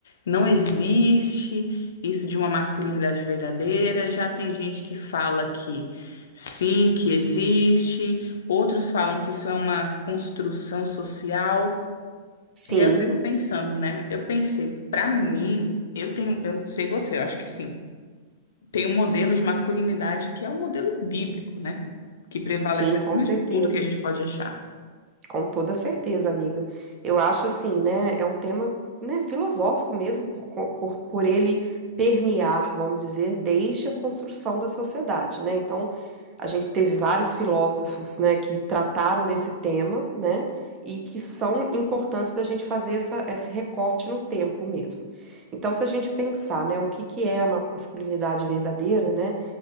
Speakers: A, on the left (about 80°); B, on the right (about 25°).
A: não existe isso de uma masculinidade verdadeira, já tem gente que fala que sim, que existe, outros falam que isso é uma construção social.
B: sim,
A: E aí eu fico pensando, né? Eu pensei, pra mim, eu tenho, eu sei você, eu acho que sim. Tem um modelo de masculinidade que é o modelo bíblico, né? Que prevalece
B: sim,
A: acima
B: com certeza.
A: de tudo que a gente pode achar.
B: Com toda certeza, amiga. Eu acho assim, né? É um tema, né, filosófico mesmo, por, co- por, por ele permear, vamos dizer, desde a construção da sociedade, né? Então, a gente teve vários filósofos, né, que trataram desse tema, né? E que são importantes da gente fazer essa, esse recorte no tempo mesmo. Então, se a gente pensar, né, o que que é a masculinidade verdadeira, né?